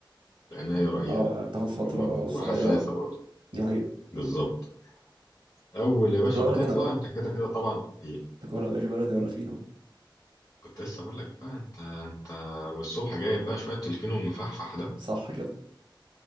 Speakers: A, on the left; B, on the right.
A: لانها هي رقيقه
B: اه بتاخد فترة
A: وما- وحساسه
B: صغيرة
A: برضه
B: دي حقيقة
A: بالظبط اول يا باشا
B: السؤال
A: ما تطلع
B: هنا بقى
A: انت كده كده طبعا ايه
B: تاكلها مش بلدي ولا فينو
A: كنت لسه بقول لك بقى انت انت والصبح جايب بقى شويه تلفين ومفحفح ده
B: صح كده